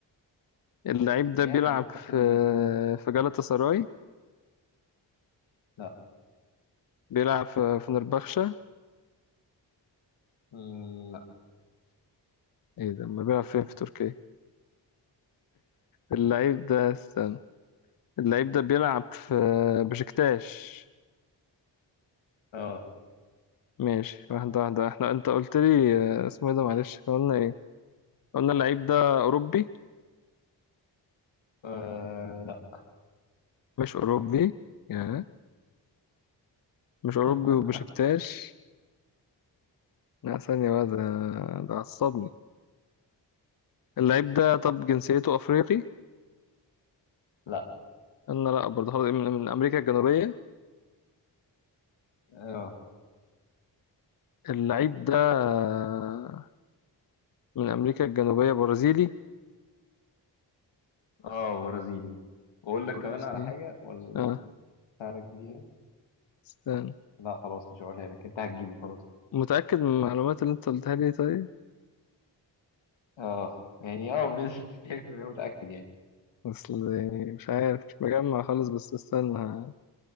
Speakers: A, on the left; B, on the left.
A: اللعيب ده
B: يعني
A: بيلعب
B: خط
A: في
B: الهجوم
A: في جالاتا سراي
B: لا
A: بيلعب في في فنربخشة
B: لا
A: ايه ده ما بيلعب فين في تركيا اللعيب ده استنى اللعيب ده بيلعب في بشكتاش
B: اه
A: ماشي واحدة واحدة احنا انت قلت لي آه، اسمه ايه ده معلش احنا قلنا ايه قلنا اللعيب ده اوروبي
B: آه، لا
A: مش اوروبي يا مش اوروبي
B: <laughs>
A: وبشكتاش لا ثانية بقى ده ده عصبني اللعيب ده طب جنسيته افريقي
B: لا
A: انا لا برضه خلاص من, من امريكا الجنوبية
B: اه
A: اللعيب ده آه، من امريكا الجنوبية برازيلي
B: اه برازيلي بقول
A: برازيلي
B: لك كمان على حاجة ولا
A: اه
B: ساعدك بيها
A: استنى
B: لا خلاص مش هقولها لك انت هتجيبه خلاص
A: متأكد من المعلومات اللي انت قلتها لي طيب
B: اه يعني اه بنسبة <laughs> 90% متأكد يعني
A: اصل مش عارف مش مجمع خالص بس استنى